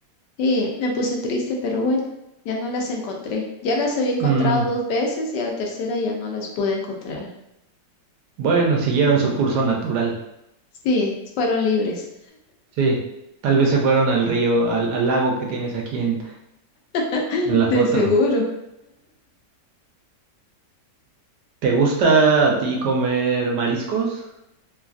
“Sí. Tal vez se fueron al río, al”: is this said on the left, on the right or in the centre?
Right